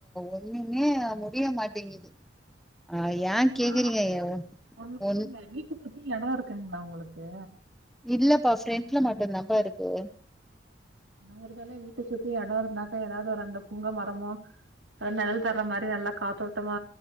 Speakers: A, in the centre; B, on the right.
A: ஒண்ணுமே முடிய மாட்டேங்குது அ ஏன்
B: அம்மா
A: கேக்குறீங்க
B: உங்களுக்கு
A: ஒன்
B: வீட்ட சுத்தி எடம் இருக்குங்களா உங்களுக்கு
A: இல்லப்பா ஃப்ரெண்ட்ல மட்டு தாப்பா இருக்கு
B: ஒருதல்ல வீட்ட சுத்தி எட இருந்தாக்கா ஏதாவது ஒரு அந்த புங்க மரமோ அத நிழல் தர்ற மாரி நல்ல காத்தோட்டமா